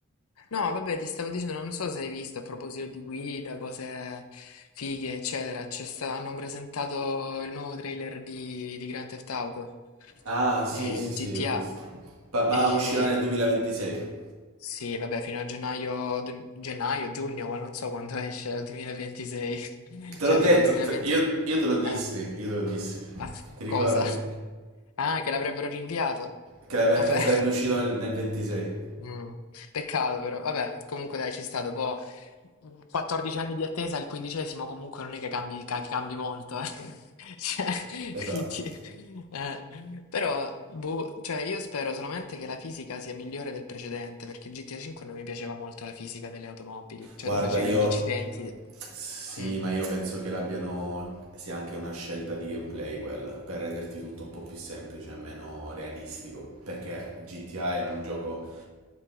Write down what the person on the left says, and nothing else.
No, vabbè, ti stavo dicendo, non so se hai visto a proposito di guida, cose fighe, eccetera. C'è sta- hanno presentato il nuovo trailer di, di Grand Theft Auto,
eh,
di
GTA.
E...
Sì, vabbè, fino a gennaio, du- gennaio, giugno, ma non so quando esce, al 2026. <laughs>
Cioè,
fino al 2026.
Eh,
<laughs> ah,
cosa? Ah, che l'avrebbero rinviato.
Vabbè.
Mm, Peccato però, vabbè, comunque dai, ci sta, dopo 14 anni di attesa, il quindicesimo comunque non è che cambi, ca- cambi molto, eh. <laughs> Cioè,
quindi, eh, però, boh, cioè, io spero solamente che la fisica sia migliore del precedente, perché GTA 5 non mi piaceva molto la fisica delle automobili, cioè
tu facevi
gli incidenti...
Mm,